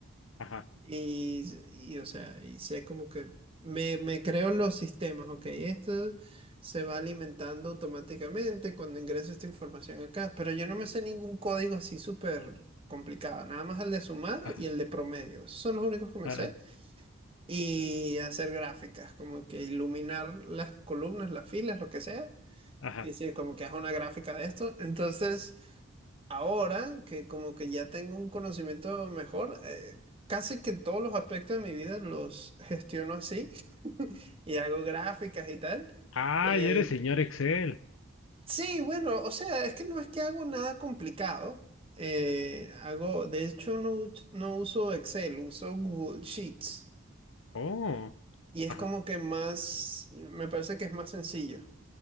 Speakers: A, on the left; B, on the right.
A: ajá,
B: Y, y, o sea, y sé como que me, me creo los sistemas, ok, esto se va alimentando automáticamente cuando ingreso esta información acá, pero yo no me sé ningún código así súper complicado, nada más el de sumar
A: ajá,
B: y el de promedio, esos son los únicos que me
A: ajá,
B: sé, y hacer gráficas, como que iluminar las columnas, las filas, lo que sea,
A: ajá.
B: y decir como que haz una gráfica de esto, entonces... Ahora que como que ya tengo un conocimiento mejor, eh, casi que todos los aspectos de mi vida los gestiono así <laughs> y hago gráficas y tal.
A: Ah,
B: Eh,
A: ya eres señor Excel.
B: sí, bueno, o sea, es que no es que hago nada complicado. eh,
A: Ajá.
B: hago, de hecho, no, uch- no uso Excel, uso Google Sheets
A: Oh,
B: y es
A: ajá,
B: como que más, me parece que es más sencillo.